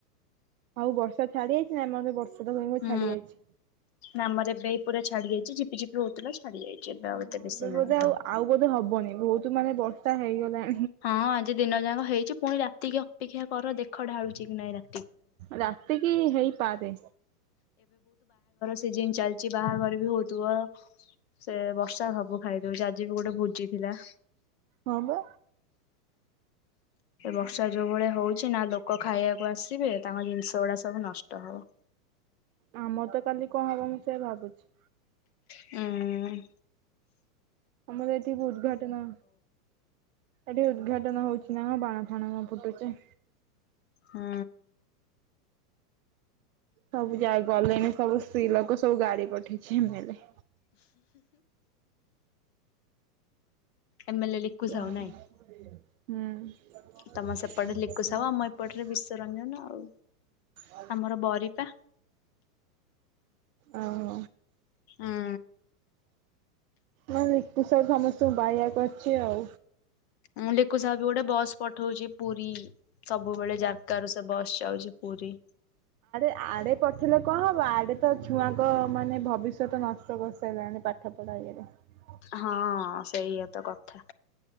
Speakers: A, on the right (about 60°); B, on the left (about 40°).
A: ଆଉ ବର୍ଷା ଛାଡି ଯାଇଚିନା ଆମ ପା ବର୍ଷା ତ କହି
B: ହୁଁ
A: ଛାଡି ଯାଇଛି।
B: ନାଁ ଆମର ଏବେ ପୁରା ଛାଡି ଯାଇଚି ଝିପିଝିପି ହଉଥିଲା ଛାଡି ଯାଇଛି ଏବେ ଆଉ
A: ହୁଁ
B: ଏତେ ବେଶୀ
A: ଏବେ ବୋଧେ
B: ନାହିଁ ତ।
A: ଆଉ ଆଉ ବୋଧେ ହବନି ବହୁତ ମାନେ ବର୍ଷା ହେଇଗଲା।
B: ହଁ ଆଜି ଦିନ ଯାକ ହେଇଚ଼ି ପୁଣି ରାତି କିି ଅପେକ୍ଷା କର ଦେଖ ଢାଳୁଚ଼ି କି ନାଇଁ ରା
A: ରାତି କିି ହେଇପାରେ।
B: ସିଜିିନ୍ ଚାଲଚି ବାହାଘର ବି ହଉଥିବ? ସେ ବର୍ଷା ହବ ଖାଇଦଉଚ଼ି ଆଜି ବି ଗୋଟେ ଭୋଜି ଥିଲା।
A: ହଁ ପା।
B: ଏ ବ ର୍ଷା ଯୋଉ ଭଳିଆ ହଉଚ଼ି ନା ଲୋକ ଖାଇଆକୁ ଆସିବେ ତାଙ୍କ ଜିନିଷ ଗୁଡା ସବୁ ନଷ୍ଟ ହବ।
A: ଆମର ତ କାଲି କଁ ହବ ମୁଁ ସେୟା ଭାବୁଚ଼ି?
B: ହୁଁ <inaudible>
A: ଆମର ଏଠି ଉଦ୍ଘାଟନ ଏଠି ଉଦ୍ଘାଟନ ହଉଚ଼ି ନା କଁ ବାଣ ଫାଣ କଁ ଫୁଟୁଚ଼ି?
B: ହୁଁ
A: ସବୁ ଯାଇପରିଲେନି ସବୁ। ସ୍ତ୍ରୀ ଲୋକ ସବୁ ଗାଡି ପଠେଇଛି ଏମେଲେ।
B: ଏମଏଲଏ
A: କନ୍?
B: ଲିକୁ ସାହୁ ନାଇଁ
A: ହୁଁ
B: ତମ ସେପଟେ
A: <inaudible>
B: ଲିକୁ ସାହୁ ଆମ ଏପଟରେ ବିଶ୍ଵ ରଞ୍ଜନ ଆଉ
A: ଅ <inaudible>
B: ଆମର ବରିପା
A: ଅହ।
B: ଉଁ
A: ନା ଲିକୁୁ ସାଉ ସମସ୍ତଙ୍କୁ ବାଏ ବାଏ କରିଚ଼ି ଆଉ।
B: ଉଁ ଲିକୁ ସାହୁ ବି ଗୋଟେ ବସ୍ ପଠଉଚ଼ି ପୁରୀ। ସବୁବେଳେ ଜାରକା ରୁ ସେ ବସ୍ ଯାଉଚି ପୁରୀ।
A: ଆଡ଼େ ପଠେଇଲେ କଣ ହବ ଆଡ଼େ ତ ଛୁଆଙ୍କ ମାନେ ଭବିଷ୍ୟତ ନଷ୍ଟ କରିସାଇଲାଣି ପାଠ ପଢା଼ <unintelligible>
B: ହଁ ସେଇଆ ତ କଥା।